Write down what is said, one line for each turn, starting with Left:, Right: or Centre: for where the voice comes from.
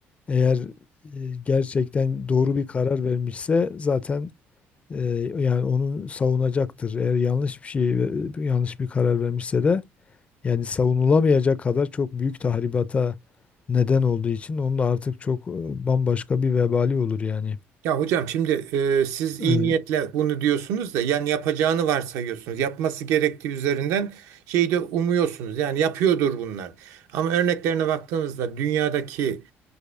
Left: eğer e, gerçekten doğru bir karar vermişse zaten e, yani onu savunacaktır. Eğer yanlış bir şey yanlış bir karar vermişse de Yani savunulamayacak kadar çok büyük tahribata neden olduğu için onun da artık çok e, bambaşka bir vebali olur yani.
Right: Ya hocam şimdi e, siz
Left: E,
Right: iyi niyetle bunu diyorsunuz da yani yapacağını varsayıyorsunuz. Yapması gerektiği üzerinden şeyi de umuyorsunuz. Yani yapıyordur bunlar. Ama örneklerine baktığımızda dünyadaki